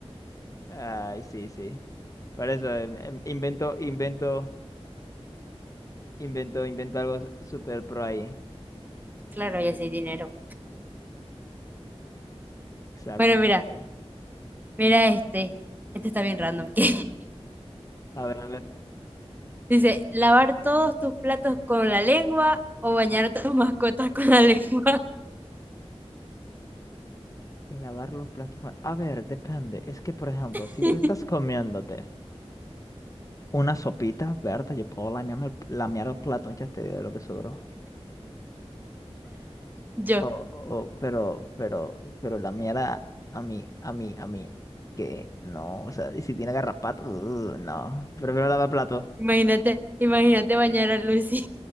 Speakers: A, on the left; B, on the right.
A: Ay, sí, sí. Por eso em, em, invento, invento, invento, invento algo s- super pro ahí.
B: Claro, ya sé dinero.
A: Exacto,
B: Bueno,
A: exacto.
B: mira, mira este. Este está bien random. <laughs> que
A: A ver, a ver.
B: Dice, lavar todos tus platos con la lengua o bañar a tus mascotas con la lengua.
A: Lavar los platos. con- A ver, depende. Es que, por ejemplo,
B: <laughs>
A: si tú estás comiéndote una sopita, Berta, yo puedo lamearme el, lamear el plato, ya te digo lo que sobró.
B: Yo,
A: O, o, pero, pero, pero lamear a, a mí, a mí, a mí, que no. O sea, y si tiene garrapatas, ugh, no. Prefiero lavar platos.
B: imagínate, imagínate bañar a Lucy.